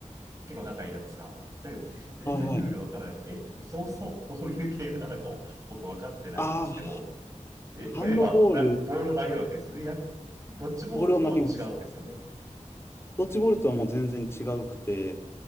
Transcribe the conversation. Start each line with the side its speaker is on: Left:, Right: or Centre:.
Right: 結構仲いいやつが。だけど、ぜ全然ルールわからなくて、
Left: はいはい。
Right: えそうそう、どういうゲームなのかを僕分かってないんですけど、
Left: ああ、
Right: え、
Left: ハンドボール、
Right: 手でまあ、な、ボールを投げるわけですよね。いや、ドッジボールとは違うわけですよね。
Left: ボールを投げます。ドッジボールとはもう全然違うくて、